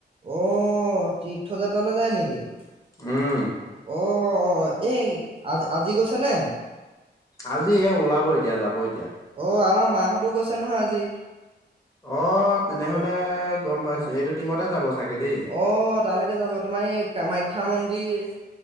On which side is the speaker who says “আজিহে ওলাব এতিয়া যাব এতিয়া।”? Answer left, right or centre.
Left